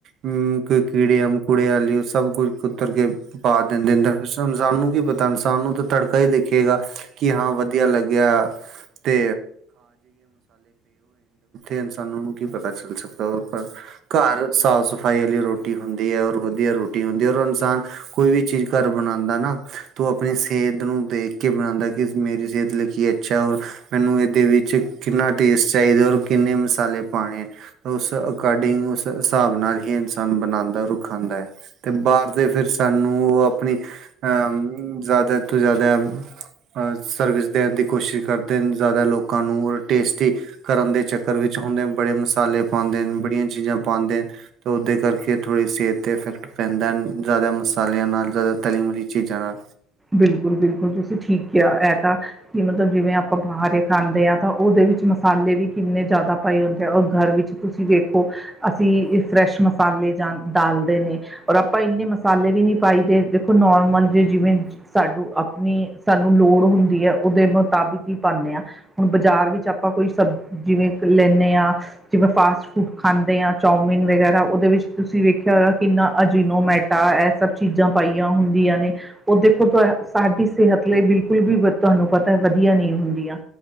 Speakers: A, on the right; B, in the centre.
A: ਹੂੰ, ਕੋਈ ਕੀੜੇਆਂ ਮਕੌੜਿਆਂ ਆਲੀ ਓ ਸਭ ਕੁਛ ਕੁਤਰ ਕੇ- ਪਾ ਦਿੰਦੇ ਫ ਇਨਸਾਨ ਨੂੰ ਕੀ ਪਤਾ ਇਨਸਾਨ ਨੂੰ ਤਾਂ ਤੜਕਾ ਈ ਦੇਖੇਗਾ ਕਿ ਹਾਂ ਵਦੀਆ ਲੱਗੈਆ <unintelligible> ਤੇ ਇਨਸਾਨੂੰ ਕੀ ਪਤਾ ਚੱਲ ਸਕਦਾ ਓ ਪਰ ਘਾਰ, ਸਾਫ ਸਫਾਈ ਵਾਲੀ ਰੋਟੀ ਹੁੰਦੀ ਆ ਔਰ ਵਦੀਆ ਰੋਟੀ ਹੁੰਦੀ ਆ ਔਰ ਇਨਸਾਨ ਕੋਈ ਵੀ ਚੀਜ ਘਰ ਬਣਾਂਦਾ ਨਾ, ਤੋ ਆਪਣੀ ਸੇਤ ਨੂੰ ਦੇਖ ਕੇ ਬਣਾਂਦਾ ਕਿ ਮੇਰੀ ਸੇਤ ਲਈ ਕੀ ਅੱ ਛਾ ਔਰ ਮੈਨੂੰ ਏਦੇ ਵਿੱਚ ਕਿੰਨਾ ਟੇਸਟ ਚਾਈਦਾ, ਔਰ ਕਿੰਨੇ ਮਸਾਲੇ ਪਾਣੇ। ਉਸ ਅਕੋਡਿੰਗ ਉਸ ਸ੍ਹਾਬ ਨਾਲ ਹੀ ਇਨਸਾਨ ਬਨਾਂਦਾ ਔਰ ਖਾਂਦੈ। ਤੇ ਬਾਰ ਫਿਰ-ਫਿਰ ਸਾਨੂੰ, ਓ ਆਪਣੀ ਅ ਜਾ਼ਦਾ ਤੋਂ ਜਾ਼ਦਾ ਅ ਸਰਵਿਸ ਦੇਣ ਦੀ ਕੋਸ਼ਿਸ਼ ਕਰਦੇ ਨ ਜਾ਼ਦਾ ਲੋਕਾਂ ਨੂੰ, ਓਰ ਟੇਸਟੀ ਕਰਨ ਦੇ ਚੱ ਕਰ ਵਿੱਚ ਹੋਨ ਏ ਬੜੇ ਮਸਾਲੇ ਪਾਂਦੇ ਨ, ਬੜੀਆਂ ਚੀਜਾ ਪਾਂਦੇ ਤੇ ਓਦੇ ਕਰਕੇ ਥੋੜੀ ਸੇਤ ਤੇ ਅਫੈਕਟ ਪੈਂਦੈ ਜਾਦਾ ਮਸਾਲੇਆਂ ਨਾਲ ਜਾਦਾ ਤਲੀ਼-ਮਲੀ ਚੀਜਾ ਨਾਲ।
B: ਬਿਲਕੁਲ-ਬਿਲਕੁਲ, ਤੁਸੀਂ ਠੀਕ ਕੇਆ ਐ ਤਾਂ ਕੀ ਮਤਲਬ ਜਿਵੇਂ ਆਪਾਂ ਬਾਹਰੇ ਖਾਂਦੇ ਆ, ਤਾਂ ਓਦੇ ਵਿੱਚ ਮਸਾਲੇ ਵੀ ਕਿੰਨੇ ਜਾਦਾ ਪਾਏ ਹੁੰਦੇ ਆ ਓਰ ਘਰ ਵਿੱਚ ਤੁਸੀਂ ਵੇਖੋ ਅਸੀ, ਫ੍ਰੈਸ਼ ਮਸਾਲੇ ਜਾਂ ਡਾਲਦੇ ਨੇ ਔਰ ਆਪਾਂ ਇੰਨੇ ਮਸਾਲੇ ਵੀ ਨੀ ਪਾਈ ਦੇ, ਦੇਖੋ ਨੋਰਮਲ ਜੇ ਜਿਵੇਂ ਸਾਨੂੰ ਆਪਨੀ ਸਾਨੂੰ ਲੋੜ ਹੁੰਦੀ ਐ, ਓਦੇ ਮੁਤਾਬਿਕ ਈ ਪਾਂਨੇ ਆਂ। ਹੁਣ ਬਾਜਾਰ ਵਿੱਚ ਆਪਾਂ ਕੋਈ ਸਬ, ਜਿਵੇਂ ਕ ਲੈਂਨੇ ਆ ਜਿਵੇਂ ਫਾਸਟ ਫੂਡ ਖਾਂਦੇ ਆਂ ਚੌਮਿਨ ਵਗੈਰਾ ਓਦੇ ਵਿੱਚ ਤੁਸੀਂ ਵੇਖੇਆ ਹੋਯਾ ਕਿੰਨਾ ਅਜੀਨੋਮੈਟ ਟਾ ਐ ਸਬ ਚੀਜਾਂ ਪਾਈਆਂ ਹੁੰਦੀਆਂ ਨੇ, ਓਦੇ ਤੇ ਤੂ ਸਾਡੀ ਸੇਹਤ ਲਈ ਬਿਲਕੁਲ ਵੀ ਬ, ਤੁਹਾਨੂੰ ਪਤੈ ਵਦੀਆ ਨਈ ਹੁੰਦੀਆਂ।